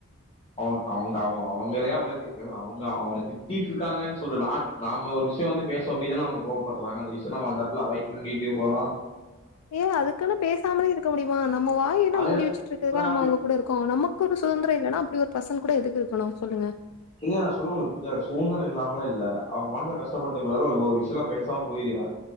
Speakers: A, on the left; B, on the left.
A: அவங்க அவங்க அவங்க அவங்களையே அவங்க அவங்க அவங்க திட்டிட்டு இருக்காங்கன்னு சொல்லு நான் நாம ஒரு விஷயம் வந்து பேச போய் தானே அவங்க கோவப்படுறாங்க அந்த விஷயம் நம்ம அந்த இடத்துல அவாய்ட் பண்ணிட்டு போலா
B: ஏ அதுக்குன்னு பேசாமலே இருக்க முடியுமா நம்ம வாயனாம்
A: அதுதான்
B: மூடி வச்சிட்டு இருக்க
A: நான்
B: நம்ம
A: பே-
B: அவங்க கூட இருக்கோ நமக்கு ஒரு சுதந்திரம் இல்லன்னா அப்படி ஒரு பசங்க கூட எதுக்கு இருக்கணும் சொல்லுங்க
A: இல்ல நான் சொல்லவர்றதுஉஙகளுக்கு புரியுதா சுதந்திரம் இல்லாமலா இல்ல அவங்க மனசை கஷ்டப்படுத்த கூடாது ஒரு ஒரு விஷ்யலாம் பேசாம போயிருவேன்